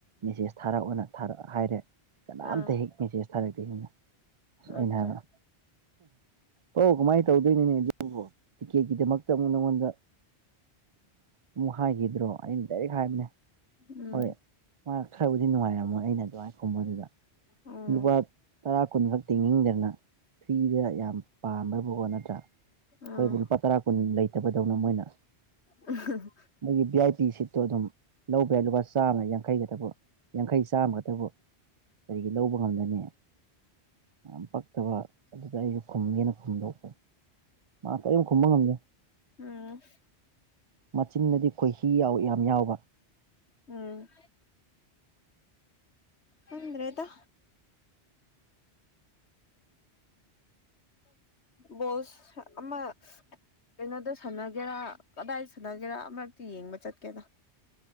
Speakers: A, on the right; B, on the left.
A: ꯃꯦꯁꯦꯖ ꯊꯥꯔꯛꯑꯣꯅꯥꯔꯛ ꯍꯥꯏꯔꯦ ꯀꯅꯥꯝꯇ
B: ꯑꯥ
A: ꯍꯦꯛ ꯃꯦꯁꯦꯁ ꯊꯥꯔꯛꯇꯦ ꯁꯤꯅ ꯑꯁ ꯑꯩꯅ
B: ꯑꯆꯥ
A: ꯍꯥꯏꯕꯗ ꯑꯣꯧ ꯀꯃꯥꯏꯅ ꯇꯧꯗꯣꯏꯅꯤꯅꯦ ꯑꯗꯨꯕꯣ ꯇꯤꯀꯦꯠꯀꯤꯗꯃꯛꯇ ꯑꯃꯨꯛ ꯅꯪꯉꯣꯟꯗ ꯑꯃꯨꯛ ꯍꯥꯏꯈꯤꯗ꯭ꯔꯣ ꯑꯩꯅ ꯗꯥꯏꯔꯦꯛ ꯍꯥꯏꯕꯅꯦ
B: ꯎꯝ
A: ꯍꯣꯏ ꯃꯥ ꯈꯔꯕꯨꯗꯤ ꯅꯨꯡꯉꯥꯏꯔꯝꯃꯣꯏ ꯑꯩꯅ ꯑꯗꯨꯃꯥꯏꯅ ꯈꯨꯝꯕꯗꯨꯗ
B: ꯑꯣ
A: ꯂꯨꯄꯥ ꯇꯔꯥ ꯀꯨꯟꯈꯛ ꯇꯤꯡꯅꯤꯡꯗꯅ ꯐ꯭ꯔꯤꯗ ꯌꯥꯝ ꯄꯥꯝꯕꯕꯨ ꯅꯠꯇ꯭ꯔꯥ ꯑꯩꯈꯣꯏꯕꯨ
B: ꯑꯥ
A: ꯂꯨꯄꯥ ꯇꯔꯥ ꯀꯨꯟ ꯂꯩꯇꯕꯗꯧꯅ ꯃꯣꯏꯅ
B: ꯑ
A: ꯃꯣꯏꯒꯤ ꯚꯤ ꯑꯥꯏ ꯄꯤ ꯁꯤꯠꯇꯣ ꯑꯗꯨꯝ ꯂꯧꯕ ꯌꯥꯏ ꯂꯨꯄꯥ ꯆꯥꯝꯃꯡ ꯌꯥꯡꯈꯩꯒꯛꯇꯕꯨ ꯌꯥꯡꯈꯩ ꯆꯥꯝꯃꯒꯛꯇꯕꯨ ꯀꯔꯤꯒꯤ ꯂꯧꯕ ꯉꯝꯒꯅꯤ ꯌꯥꯝ ꯄꯛꯇꯕ ꯑꯗꯨꯗ ꯑꯩꯁꯨ ꯈꯨꯝꯒꯦꯅ ꯈꯨꯝꯗꯣꯛꯄ ꯃꯥ ꯀꯔꯤꯝ ꯈꯨꯝꯕ ꯉꯝꯒꯦ
B: ꯎꯝ
A: ꯃꯆꯤꯟꯅꯗꯤ ꯈꯣꯏꯍꯤ ꯌꯥꯎ ꯌꯥꯝ ꯌꯥꯎꯕ
B: ꯎꯝ ꯑꯗꯨꯗ꯭ꯔꯦꯗ ꯗꯣꯁ ꯑꯃ ꯀꯩꯅꯣꯗ ꯁꯥꯟꯅꯒꯦꯔꯥ ꯀꯗꯥꯏꯗ ꯁꯥꯟꯅꯒꯦꯔꯥ ꯑꯃꯛꯇꯤ ꯌꯦꯡꯕ ꯆꯠꯀꯦꯅ